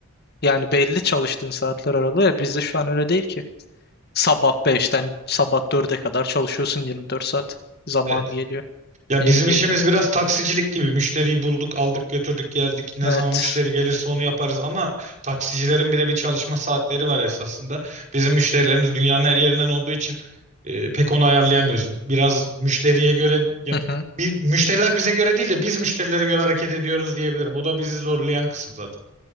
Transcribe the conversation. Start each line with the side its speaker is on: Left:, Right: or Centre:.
Left: yani belli çalıştığın saatler aralığı ya bizde şu an öyle değil ki. Sabah beşten sabah 4'e kadar çalışıyorsun 24 saat. Zaman
Right: Evet.
Left: geliyor.
Right: Ya
Left: Geri
Right: bizim
Left: geliyor.
Right: işimiz biraz taksicilik gibi. Müşteriyi bulduk, aldık, götürdük, geldik. Ne
Left: Evet.
Right: zaman müşteri gelirse onu yaparız ama taksicilerin bile bir çalışma saatleri var esasında. Bizim müşterilerimiz dünyanın her yerinden olduğu için e, pek onu ayarlayamıyoruz. Biraz müşteriye göre ya,
Left: <laughs>
Right: bir, müşteriler bize göre değil de biz müşterilere göre hareket ediyoruz diyebilirim. O da bizi zorlayan kısım zaten.